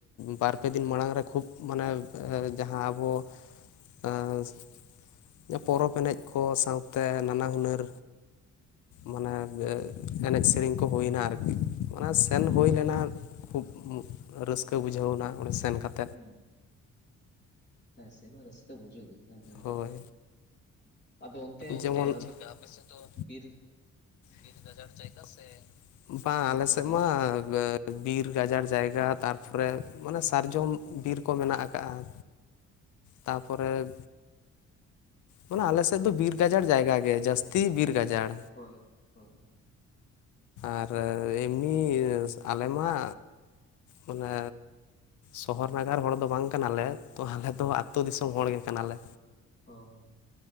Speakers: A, on the left (about 75°); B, on the left (about 35°).
A: ᱵᱟᱨᱯᱮ ᱫᱤᱱ ᱢᱟᱲᱟᱝ ᱨᱮ ᱠᱷᱩᱵᱽ ᱢᱟᱱᱮ ᱡᱟᱦᱟᱸ ᱟᱵᱚ <unintelligible> ᱯᱚᱨᱚᱵᱽ ᱮᱱᱮᱡ ᱠᱚ ᱥᱟᱶᱛᱮ ᱱᱟᱱᱟ ᱦᱩᱱᱟᱹᱨ
B: ᱦᱩᱸ
A: ᱢᱟᱱᱮ ᱮᱱᱮᱡ ᱥᱮᱨᱮᱧ ᱠᱚ ᱦᱩᱭᱮᱱᱟ ᱟᱨᱠᱤ᱾ ᱚᱱᱟ ᱥᱮᱱ
B: ᱦᱩᱸ
A: ᱦᱩᱭ ᱞᱮᱱᱟ ᱠᱷᱩᱵᱽ ᱨᱟᱹᱥᱠᱟᱹ ᱵᱩᱡᱷᱟᱹᱣ ᱮᱱᱟ ᱚᱸᱰᱮ ᱥᱮᱱ ᱠᱟᱛᱮ
B: ᱦᱩᱸ ᱦᱮᱸ ᱥᱮᱱ ᱦᱚᱸ ᱨᱟᱹᱥᱠᱟᱹ ᱵᱩᱡᱷᱩᱜ ᱜᱮ ᱦᱮᱸ ᱦᱮᱸ
A: ᱦᱳᱭ
B: ᱟᱫᱚ ᱚᱱᱛᱮ
A: ᱡᱮᱢᱚᱱ
B: ᱪᱮᱫ ᱞᱮᱠᱟ
A: ᱟᱯᱮ ᱥᱮᱫ ᱫᱚ
B: ᱵᱤᱨ
A: ᱵᱤᱨ ᱜᱟᱡᱟᱲ ᱡᱟᱭᱜᱟ ᱥᱮ ᱵᱟᱝ
B: ᱥᱚᱢᱚᱛᱚᱞ
A: ᱟᱞᱮ ᱥᱮᱫ
B: ᱡᱟᱭᱜᱟ?
A: ᱢᱟ᱾ ᱵᱤᱨ ᱜᱟᱡᱟᱲ ᱡᱟᱭᱜᱟ ᱛᱟᱨᱯᱚᱨᱮ ᱢᱟᱱᱮ ᱥᱟᱨᱡᱚᱢ ᱵᱤᱨ ᱠᱚ ᱢᱮᱱᱟᱜ ᱟᱠᱟᱜᱼᱟ᱾ ᱛᱟᱯᱚᱨᱮ, ᱢᱟᱱᱮ ᱟᱞᱮ <unintelligible> <unintelligible> ᱫᱚ ᱵᱤᱨ ᱜᱟᱡᱟᱲ ᱡᱟᱭᱜᱟ ᱜᱮ ᱡᱟᱹᱥᱛᱤ ᱵᱤᱨ ᱜᱟᱡᱟᱲ᱾
B: ᱦᱳᱭ ᱦᱳᱭ
A: ᱟᱨ ᱮᱢᱱᱤ ᱟᱞᱮ ᱢᱟ᱾ ᱢᱟᱱᱮ ᱥᱚᱦᱚᱨ ᱱᱟᱜᱟᱨ ᱦᱚᱲ ᱫᱚ ᱵᱟᱝ ᱠᱟᱱᱟᱞᱮ ᱛᱚ ᱟᱞᱮ ᱫᱚ ᱟᱛ ᱟᱹᱛᱩ
B: ᱦᱳᱭ
A: ᱫᱤᱥᱚᱢ ᱦᱚᱲ ᱜᱮ ᱠᱟᱱᱟᱞᱮ᱾
B: ᱦᱳᱭ ᱦᱳᱭ